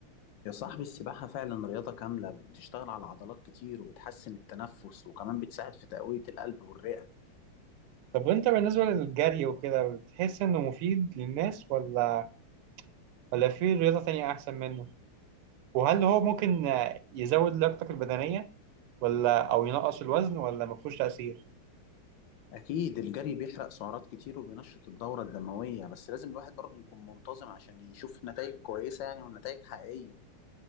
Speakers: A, on the left (about 70°); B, on the right (about 85°).
A: يا صاحبي السباحة فعلا رياضة كاملة بتشتغل على عضلات كتير وبتحسن التنفس وكمان بتساعد في تقوية القلب والرئة
B: طب وانت بالنسبه للجري وكده بتحس انه مفيد للناس ولا ولا في رياضه ثانيه احسن منه وهل هو ممكن آه، يزود لياقتك البدنيه ولا او ينقص الوزن ولا ما فيهوش تاثير
A: أكيد الجري بيحرق سعرات كتير وبينشط الدورة الدموية بس لازم الواحد برضه يكون منتظم عشان يشوف نتائج كويسة يعني ونتائج حقيقية